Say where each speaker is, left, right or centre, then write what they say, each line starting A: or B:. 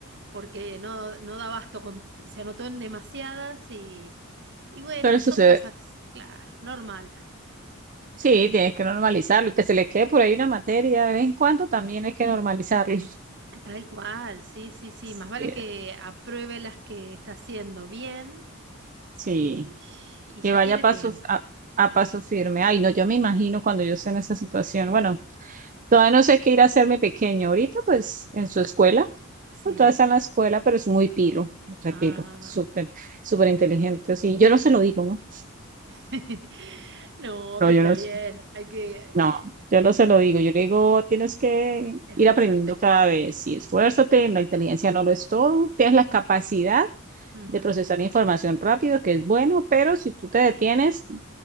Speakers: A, on the right (about 55°); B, on the right (about 40°).
A: porque no, no da abasto con, se anotó en demasiadas y, y bueno,
B: suele suceder.
A: son cosas, claro, normal.
B: Sí, tienes que normalizarlo y que se le quede por ahí una materia de vez en cuando también hay que normalizarlo.
A: Tal cual, sí, sí, sí.
B: Sí,
A: Más vale que apruebe las que está haciendo bien
B: sí,
A: y, y
B: que
A: ya
B: vaya
A: tiene
B: a paso,
A: tiempo.
B: a, a paso firme. Ay, no, yo me imagino cuando yo esté en esa situación. Bueno, Todavía no sé qué ir a hacerme pequeño. Ahorita, pues, en su escuela.
A: Sí.
B: pues, Todavía está en la escuela, pero es muy pilo, repilo,
A: Ah.
B: súper, súper inteligente. Así, yo no se lo digo, ¿no?
A: <laughs> No,
B: No,
A: pero
B: yo
A: está
B: no,
A: bien.
B: s-
A: Hay que,
B: no,
A: eh,
B: yo no
A: no,
B: se lo digo. Yo le digo, tienes que
A: esforzarte.
B: ir aprendiendo cada vez y esfuérzate. La inteligencia no lo es todo. Tienes la capacidad
A: Ujú,
B: de procesar información rápido, que es bueno, pero si tú te detienes,